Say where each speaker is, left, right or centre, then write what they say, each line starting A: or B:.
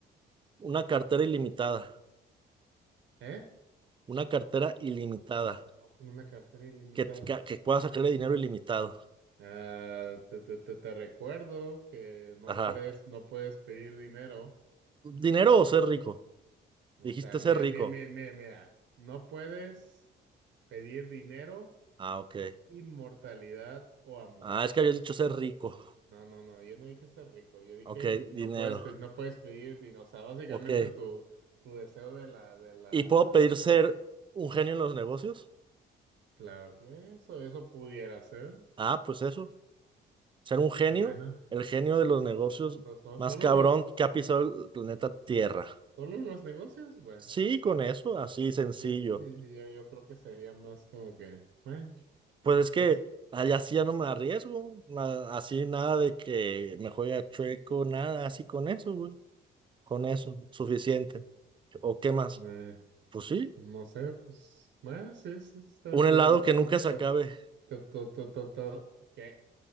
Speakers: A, on the right; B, on the right.
A: Una cartera ilimitada.
B: ¿eh?
A: Una cartera ilimitada.
B: Ok, Con una cartera ilimitada.
A: Que, que, que pueda sacarle dinero ilimitado.
B: Ah, te, te, te, te recuerdo que no
A: Ajá.
B: puedes, no puedes pedir dinero.
A: ¿Dinero o ser rico?
B: O
A: Dijiste
B: sea,
A: ser
B: mira,
A: rico.
B: mira, mira, mira, mira. No puedes pedir dinero,
A: Ah, ok.
B: inmortalidad o amor.
A: Ah, es que habías dicho ser rico.
B: No, no, no, yo no dije ser rico, yo dije
A: Ok,
B: no
A: dinero.
B: puedes, pe- no puedes pedir dinero. O sea, básicamente
A: Ok.
B: tu, tu deseo de la, de la,
A: ¿Y puedo pedir ser un genio en los negocios?
B: claro que eso, eso pudiera ser.
A: Ah, pues eso. Ser un genio,
B: Ah, bueno.
A: el genio de los negocios
B: So- so-
A: más
B: Solo
A: cabrón
B: los,
A: que ha pisado el planeta Tierra.
B: solo los negocios, bueno.
A: Sí, con eso, así sencillo.
B: <laughs> Yo, yo creo que sería más como que, bueno.
A: Pues es que
B: Pues,
A: allá sí ya no me arriesgo, na- así nada de que me juegue chueco, nada, así con eso, güey, con eso, suficiente. ¿O qué más?
B: eh,
A: Pues sí,
B: no sé, pues, eh, sí, sí, está,
A: un
B: está-
A: helado
B: está-
A: que nunca se acabe,
B: está- está- está- está- está- ¿qué?